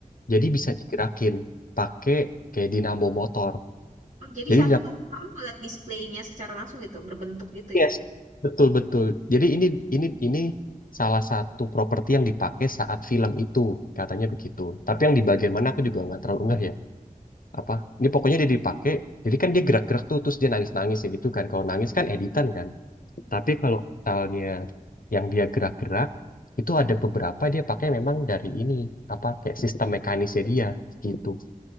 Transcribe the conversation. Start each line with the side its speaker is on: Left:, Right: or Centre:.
Left: Jadi bisa digerakin pakai kayak dinamo motor.
Right: Oh, jadi
Left: Jadi
Right: saat itu kamu ngeliat displaynya secara langsung gitu, berbentuk gitu
Left: Yes.
Right: ya?
Left: Betul betul. Jadi ini ini ini salah satu properti yang dipakai saat film itu katanya begitu. Tapi yang di bagian mana aku juga nggak terlalu ngeh ya. Apa? Ini pokoknya dia dipakai. Jadi kan dia gerak-gerak tuh terus dia nangis-nangis ya gitu kan. Kalau nangis kan editan kan.
Right: Hmm.
Left: Tapi kalau misalnya yang dia gerak-gerak itu ada beberapa dia pakai memang dari ini apa kayak sistem mekanisnya dia gitu.